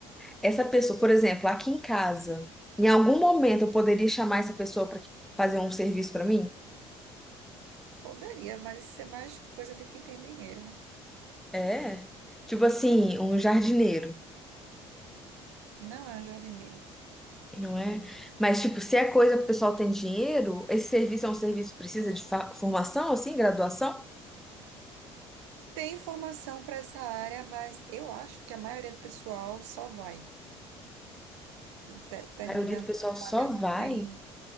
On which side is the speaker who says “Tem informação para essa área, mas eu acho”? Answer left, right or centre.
Right